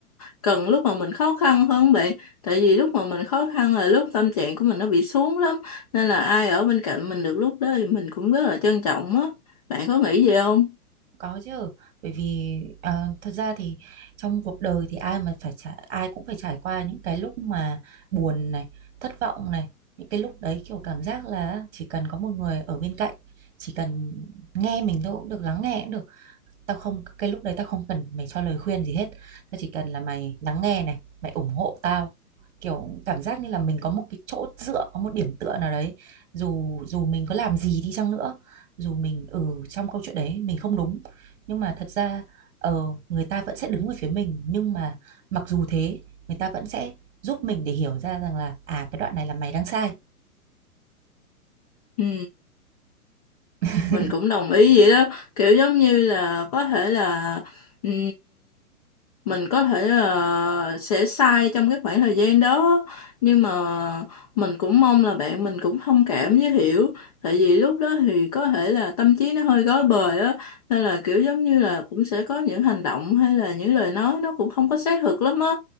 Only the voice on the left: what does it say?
cần lúc mà mình khó khăn hơn bạn tại vì lúc mà mình khó khăn là lúc tâm trạng của mình nó bị xuống lắm nên là ai ở bên cạnh mình được lúc đó thì mình cũng rất là trân trọng á bạn có nghĩ vậy không
ừ
mình cũng đồng ý vậy đó kiểu giống như là có thể là ừm, mình có thể là sẽ sai trong cái khoảng thời gian đó nhưng mà mình cũng mong là bạn mình cũng thông cảm với hiểu tại vì lúc đó thì có thể là tâm trí nó hơi rối bời á nên là kiểu giống như là cũng sẽ có những hành động hay là những lời nói nó cũng không có xác thực lắm á